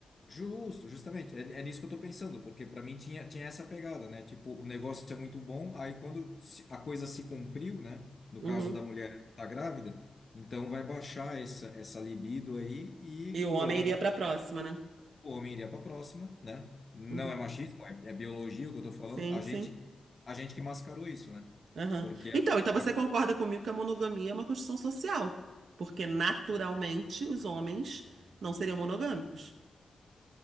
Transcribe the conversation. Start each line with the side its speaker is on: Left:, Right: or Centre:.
Left: justo, justamente, é, é nisso que eu estou pensando, porque para mim tinha, tinha essa pegada, né? Tipo, o negócio é muito bom, aí quando se- a coisa se cumpriu, né? No
Right: Uhum.
Left: caso da mulher, ela tá grávida, então vai baixar essa, essa libido aí e
Right: E
Left: o
Right: o homem
Left: homem
Right: iria para a próxima, né?
Left: O homem iria para a próxima, né? Não
Right: Uhum.
Left: é machismo, é, é biologia o que eu estou falando.
Right: Sim,
Left: A gente,
Right: sim.
Left: a gente que mascarou isso, né?
Right: Aham.
Left: Porque
Right: Então, então você
Left: a, a-
Right: concorda comigo que a monogamia é uma construção social, porque naturalmente os homens não seriam monogâmicos.